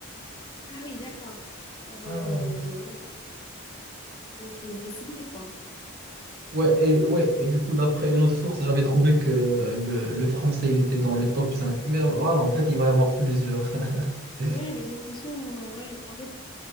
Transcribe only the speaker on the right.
Hmm.
Ouais, et, ouais, et du coup, d'après une autre source, j'avais trouvé que le, le français, il était dans le top cinq Mais voilà, en fait, il va y avoir plusieurs. <laughs>